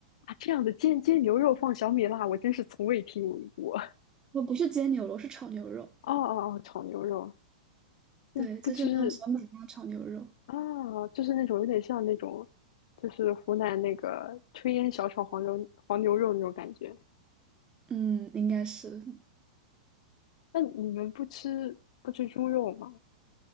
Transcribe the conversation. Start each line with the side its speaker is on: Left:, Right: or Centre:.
Left: 啊，这样的煎煎牛肉放小米辣，我真是从未听闻过。
Right: <laughs> 我不是煎牛肉，是炒牛肉，
Left: 哦哦哦，炒牛肉，那不知
Right: 对，就是那种小米辣炒牛肉。
Left: 啊，就是那种有点像那种，就是湖南那个炊烟小炒黄牛黄牛肉那种感觉。
Right: 嗯，应该是。
Left: 那你们不吃不吃猪肉吗？